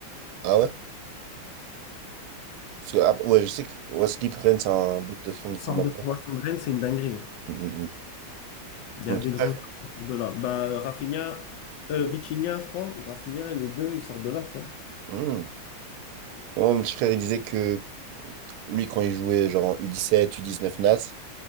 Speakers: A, on the right; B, on the left.
A: ah ouais? Parce que, ah, ouais, je sais que ouais ce qu'ils prennent, c'est un but de son
B: Le
A: de formation.
B: centre de formation de Rennes, c'est une dinguerie.
A: Mm, mm, mm.
B: Il y
A: Mon
B: a des
A: petit
B: grands
A: frère,
B: joueurs qui sortent de là. Bah, Rafinha, euh, Vitinha, je crois, ou Rafinha, les deux, ils sortent de là, tu vois.
A: mm. Moi, mon petit frère, il disait que lui, quand il jouait genre en U17, U19 NAS,